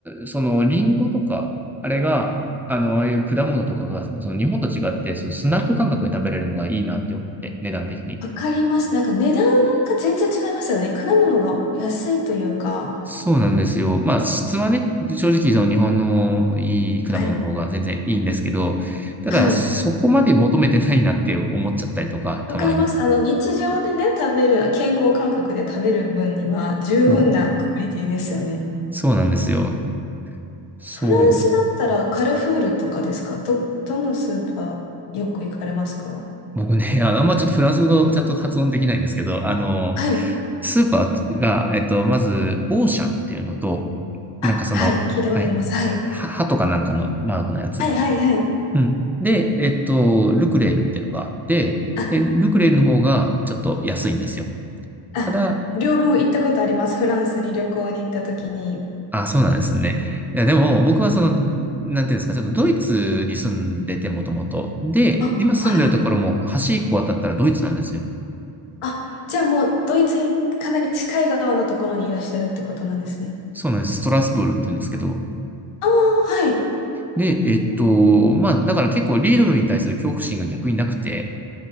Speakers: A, in the centre; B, on the left.
A: その、リンゴとか、あれが、あの、ああいう果物とかが、その、日本と違って、その、スナック感覚で食べれるのがいいなって思って、値段的に。
B: わかります。なんか値段が全然違いますよね。果物が安いというか。
A: そうなんですよ。まあ、質はね、正直、その、日本のいい果物の方が全然いいんですけど、
B: はい。
A: ただ、
B: はい。
A: そこまで求めてないなって思っちゃったりとか、
B: わかります。
A: たまに。
B: あの、日常でね、食べる、健康感覚で食べる分には十分なクオリティですよね。
A: そう。そうなんですよ。そう。
B: フランスだったらカルフールとかですかど、どのスーパーよく行かれますか
A: 僕ね、<laughs> あの、あんまちょっとフランス語がちゃんと発音できないんですけど、あの、
B: はい。
A: スーパーが、えっと、まず、オーシャンっていうのと、
B: あ、
A: なんかその、
B: はい。聞いたことあります。
A: はい、
B: はい。
A: は歯とかなんかのマークのやつ。
B: はい、はい、はい。
A: うん。で、えっと、ルクレールっていうのがあって、
B: あ、
A: で、ルクレールの方がちょっと安いんですよ。
B: あ、
A: ただ、
B: 両方行ったことあります。フランスに旅行に行った時に。
A: あ、そうなんですね。いや、でも、僕はその、なんていうんですか、ちょっとドイツに住んでて、もともと。で、
B: あ、
A: 今住んでるところも、
B: はい
A: 橋一個渡ったらドイツなんですよ。
B: あ、じゃあもうドイツにかなり近い側のところにいらっしゃるってことなんですね。
A: そうなんです。ストラスブールって言うんですけど、
B: ああ、はい。
A: で、えっと、まあ、だから結構リードルに対する恐怖心が逆になくて、